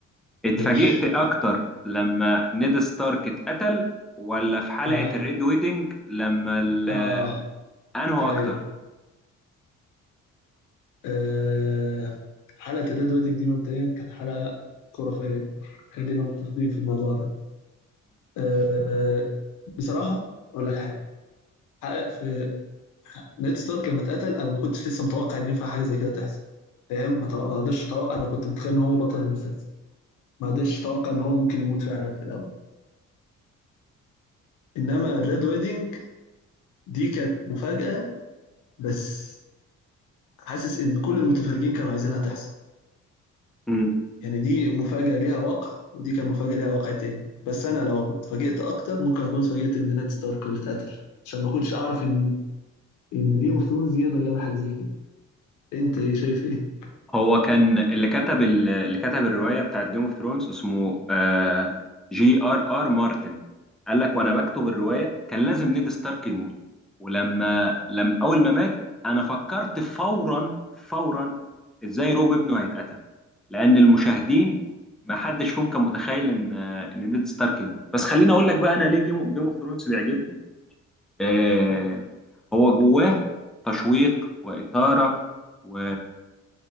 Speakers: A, in the centre; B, on the left.
A: اتفاجئت
B: ماشي
A: أكتر لما نيد ستارك اتقتل ولا في حلقة
B: اه
A: الريد ويدنج لما ال...
B: اه
A: أنهو
B: ايوه
A: أكتر
B: آه. حلقة الريد ويدنج دي مبدئيا كانت حلقة خرافية خلينا متفقين في الموضوع ده آه. آه، بصراحة اقول لك حاجة حلقة في نيد ستارك لما اتقتل انا ما كنتش لسه متوقع ان ينفع حاجة زي كده تحصل فاهم ما تو- ما قدرتش اتوقع انا كنت متخيل ان هو بطل المسلسل ما قدرتش اتوقع ان هو ممكن يموت فعلا في الاول انما الريد ويدنج دي كانت مفاجأة بس حاسس ان كل المتفرجين كانوا عايزينها تحصل
A: امم
B: يعني دي مفاجأة ليها واقع ودي كان مفاجأة ليها واقع تاني بس انا لو اتفاجئت اكتر ممكن اكون اتفاجئت ان نيد ستارك هو اللي اتقتل عشان ما كنتش اعرف ان ان جيم اوف ثرونز يقدر يعمل حاجة زي كده انت ايه شايف ايه
A: هو كان اللي كتب ال- اللي كتب الروايه بتاعت جيم اوف ثرونز اسمه آه، جي ار ار مارتن قال لك وانا بكتب الروايه كان لازم نيد ستارك يموت ولما لما اول ما مات انا فكرت فورا فورا ازاي روب ابنه هيتقتل لان المشاهدين ما حدش فيهم كان متخيل ان آه، ان نيد ستارك يموت بس خليني اقول لك بقى انا ليه جيم اوف ثرونز بيعجبني آه، هو جواه تشويق واثاره و